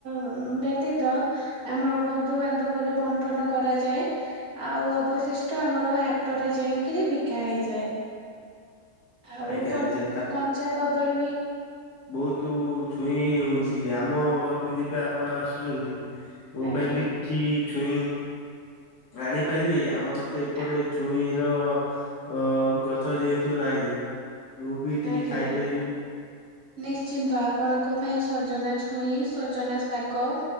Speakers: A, on the right (about 70°); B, on the left (about 85°).
A: ବ୍ୟତୀତ ଆମର ବନ୍ଧୁବାନ୍ଧବରେ ବଣ୍ଟନ କରାଯାଏ। ଆଉ ଅବଶିଷ୍ଟ ଆମର ହାଟରେ ଯାଇକିରି ବିକା ହେଇଯାଏ। ଆଉ
B: ଆଜ୍ଞା
A: କନ୍
B: ଯେ
A: କଞ୍ଚା କଦଳୀ ବି
B: ବହୁତୁ ଛୁଇଁ ହଉଛି ଆମ ଘରକୁ ଯିବେ ଆପଣ ଆସୁଛନ୍ତି ତୋ
A: ଆଜ୍ଞା।
B: ପାଇଁ ବି କିଛି ଛୁଇଁ ଆଣିପାରିବେ ଆ ମର ତ ଏପଟେ
A: ଆ
B: ଛୁଇଁ ର ଅ ଗଛ ଯେହେତୁ ନାହିଁ। ମୁଁ ବି ଟିକେ
A: ଆଜ୍ଞା
B: ଖାଇପାରିବି।
A: ନିଶ୍ଚିନ୍ତ ଆପଣଙ୍କ ପାଇଁ ସଜନା ଛୁଇଁ ସଜନା ଶାଗ